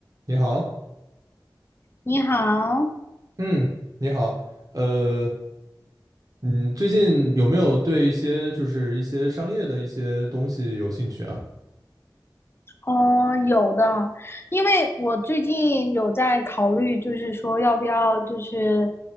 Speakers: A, on the right; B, on the left.
A: 你好，
B: 你好，
A: 嗯，你好，呃，嗯，最近有没有对一些就是一些商业的一些东西有兴趣啊？
B: 嗯，有的，因为我最近有在考虑，就是说要不要，就是